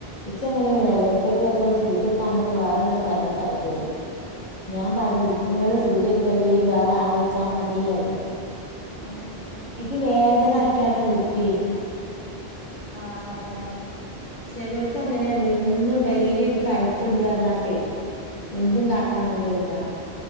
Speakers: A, on the left; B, on the right.
A: ഉച്ചി അങ്ങനെ
B: ആഹ്
A: വിലയിരുത്തല് പറ സൂചക്കാനൊക്കെ വേറെൊരു ഇത ഞാൻ പറയും നിങ്ങള് സൂചയക്കല്ലേ വേറെ ആള് വെച്ചാ മതി പറയും
B: ആഹ
A: ഇത് വേദന ആക്കിയട്ടാണ് വെക്കുക
B: ആഹ അതെ
A: ചലവൾക്ക് അങ്ങനെയാണ് എന്നും ഡെലി തയപ്പുണ്ട് പറഞ്ഞാട്ടെ
B: ഉം
A: എന്തും കാട്ടാന്നുള്ള
B: ഉം
A: ഒരുദാ